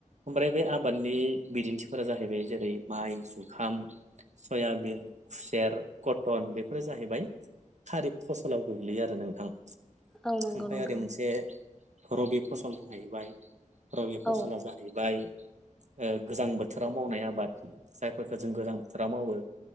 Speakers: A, on the right; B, in the centre.
A: ओमफ्राय बे आबादनि बिदिन्थिफोरा जाहैबाय जेरै माइ जुखाम सयाबिन खुसेर कटन बेफोरो जाहैबाय खारिब फसलाव गोग्लैयो आरो नोंथां
B: औ नंगौ
A: ओमफ्राय
B: नोंथां
A: ओरै मोनसे रबि फसल जाहैबाय रबि फसला
B: औ
A: जाहै बाय ओ गोजां बोथोराव मावनाय आबाद जायफोरखौ जों गोजां बोथोराव मावो